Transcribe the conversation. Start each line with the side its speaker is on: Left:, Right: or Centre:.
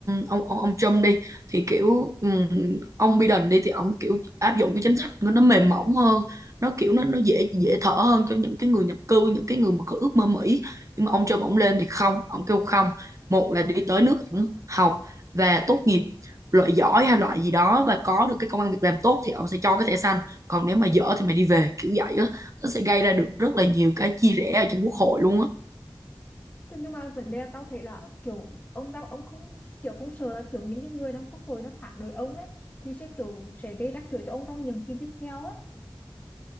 Right: ông ông, ông Trump đi thì kiểu ừm, ông Biden đi thì ông kiểu áp dụng cái chính sách của nó mềm mỏng hơn nó kiểu nó nó dễ dễ thở hơn cho những cái người nhập cư những cái người mà có ước mơ Mỹ nhưng mà ông Trump ông lên thì không ông kêu không một là đi tới nước ông học và tốt nghiệp loại giỏi hay loại gì đó và có được cái công ăn việc làm tốt thì ông sẽ cho cái thẻ xanh còn nếu mà dở thì mày đi về kiểu vậy á nó sẽ gây ra được rất là nhiều cái chia rẽ ở trong quốc hội luôn á
Left: Tức- nhưng mà vấn đề là tao thấy là kiểu ông đang ông không kiểu không sợ là kiểu những cái người trong quốc hội nó phản đối ông ấy thì sẽ kiểu sẽ gây rắc rối cho ông trong nhiệm kỳ tiếp theo ấy